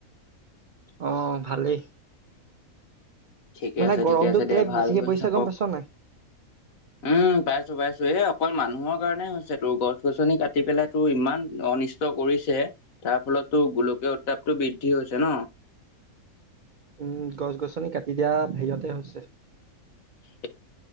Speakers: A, on the right (about 85°); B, on the left (about 70°).
A: অ, ভালেই।
B: ঠিকে
A: মানে
B: আছে,
A: গৰমটো
B: ঠিকে আছে
A: কেলে
B: দে ভাল
A: বেছিকে
B: হৈ
A: পৰিছে
B: থাকক
A: গম পাইছ নাই?
B: উম, পাইছো, পাইছো। এ, অকল মানুহৰ কাৰণে হৈছে, তোৰ গছ, গছনি কাটি পেলাই তোৰ ইমান অনিষ্ট কৰিছে। তাৰ ফলতো গোলকীয় উত্তাপটো বৃদ্ধি হৈছে ন।
A: উম, গছ, গছনি কাটি দিয়া হেৰিতে হৈছে।
B: উ।